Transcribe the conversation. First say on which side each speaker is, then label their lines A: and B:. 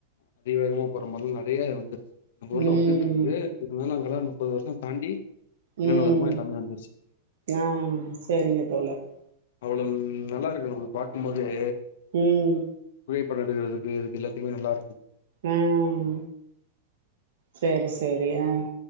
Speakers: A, on the left; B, on the right.
A: அதி வேகமா போற மார்லா நெறைய வந்துருச்சு நம்ப ஊர்ல
B: ம்
A: வந்துட்ருக்கு இருந்தாலு அ ங்கலா முப்பது வருஷ தாண்டி என்னென்ன
B: ம்
A: வருமோ எல்லாமே வந்துருச்சு தோழி.
B: ஆ சேரிங்க தோழரே
A: அவ்ளவு நல்லாருக்கு நம்மத பாக்கும்போதே
B: ம்
A: பண எடுக்குறதுக்கு இதுக் எல்லாத்தக்குமே நல்லாருக்கு
B: ம் சேரி சேரி அ